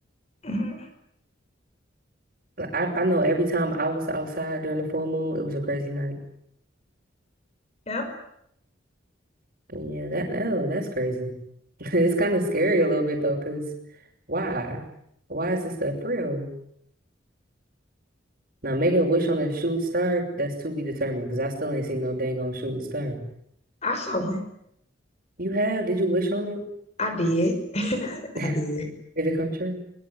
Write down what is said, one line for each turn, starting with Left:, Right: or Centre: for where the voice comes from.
Left: hmm
Right: Like, I I know every time I was outside during the full moon, it was a crazy night.
Left: Yep,
Right: Yeah, that no, that's crazy. <laughs> It's kind of scary a little bit though, because why? Why is this stuff real? Now, making a wish on a shooting star, that's to be determined, because I still ain't seen no dang on shooting star.
Left: I saw one.
Right: You have? Did you wish on it?
Left: I did. <laughs>
Right: <laughs> Did
Left: I did.
Right: it come true?